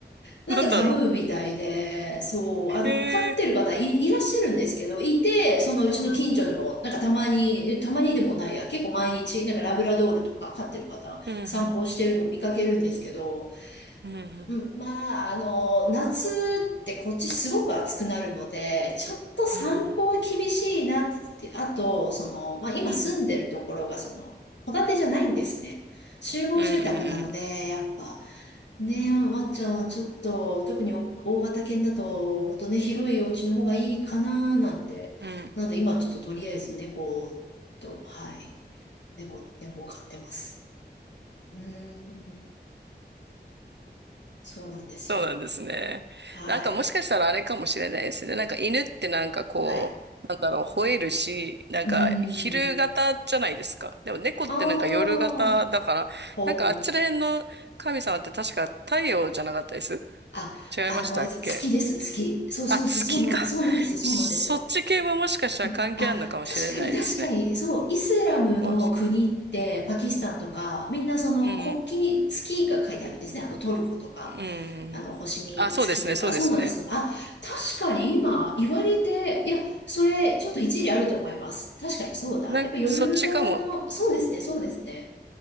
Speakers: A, on the right (about 75°); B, on the left (about 85°).
A: <laughs>
B: なんかタブーみたいで、
A: なんだろ
B: そう、あの、
A: う。へえ。
B: 飼ってる方い、いらっしゃるんですけど、いて、そのうちの近所でも、
A: うん。うん、
B: なんかたまに、たまにでもないや、結構毎日、なんかラブラドールとか飼ってる方、
A: うん、
B: 散歩してるの見かけるんですけど、
A: うん、うん、
B: うんまあ、あの、夏ってこっちすごく暑くなるので、ちょっと散歩は厳しいなって、
A: うん、
B: あと、その、まあ今住んでるところが、
A: うん、
B: その、戸建てじゃないんですね。集合住宅なので、
A: うん、うん。
B: やっぱ、ねえ、ワンちゃん、ちょっと、特にお大型犬だと、もっとね、広いお家の方がいいかななんて。
A: うん
B: なので、今ちょっととりあえず猫と、はい、猫、猫を飼ってます。うーん、そうなんですよ。
A: そうなんですね。
B: はい。
A: なんかもしかしたらあれかもしれないですね。なんか犬ってなんかこう、
B: はい。
A: なんだろう、吠えるし、なんか昼型じゃないですか。
B: うーん。
A: でも猫ってなんか夜型だから、
B: ああ、ほう。
A: なんかあっちら辺の神様って確か太陽じゃなかったです
B: あ、
A: 違いましたっけ
B: あの、月です、月。そうそうそう、
A: あ、月か。
B: そうなん、そうなんですよ、そうなんですよ。
A: そっち系ももしかしたら関係あるのかもしれないですね。
B: うんあ、確かに確かに、そう、イスラムの国って、
A: もしうん。
B: パキスタンとか、みんなその国旗に月が書いてあるんですね。
A: うん
B: あの、トルコとか、
A: うん。
B: あの、星に月とか、
A: あ、そうですね、そうですね。
B: そうなんですよ。あ、確かに今言われて、いや、それ、ちょっと一理あると思います。確かにそうだ。
A: なんか、
B: やっぱ夜型の、
A: そっちかも。
B: そうですね、そうですね。